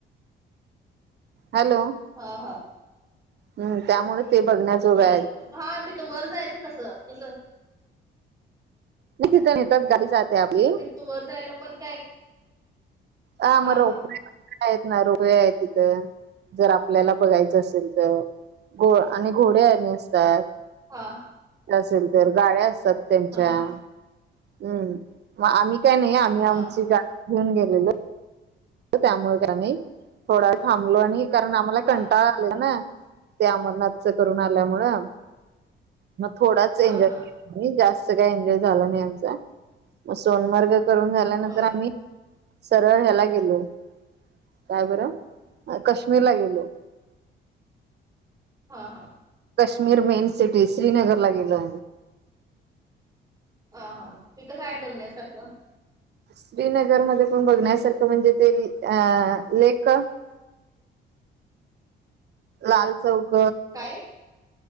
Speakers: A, on the right; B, on the right.
A: हॅलो.
B: हा हा.
A: हम् त्यामुळे ते बघण्या जोगा
B: म्हणजे
A: आहेत
B: हा तिथं वर जायचं कसं कसं
A: मी तिथे नेतात गाडी जाते आपली
B: त वर जायला पण काय
A: ह
B: हा
A: मग रोपवेैरे
B: हा
A: आहेत ना रोपवे आहेत तिथे जर आपल्याला बघायचं असेल तर घो आणि घोडे्या आणि असतात
B: हा
A: असेल तर गाड्या असतात त्यांच्या
B: हा हा
A: हम् मग आम्ही काय नाही आी
B: हा
A: आमची गाडी घेऊ गेलेलो त्यामुळे त्यानी थोडा थांबलो आणि कारण आम्हाला
B: हा
A: कंटाळ आले ना ते अमरनाथच करून आल्यामुळं मग थोडाच
B: हा
A: एंजॉय
B: हा
A: आणि जास्त काय एन्जॉय झाला नाही आमचा मग सोनमर्ग करून झाल्यानंतर
B: होय
A: आम्ही सरळ ह्याला गेलो काय बरं काश्मीरला गेलो
B: हा हा
A: काश्मीर मेन सिटी श्रीनगर ला गेल
B: ह हा तिथं काय बघण्यासारखं
A: श्रीनगर मध्ये पण बघण्यासारखं म्हणजे ते अ लेख लाल चौक
B: काय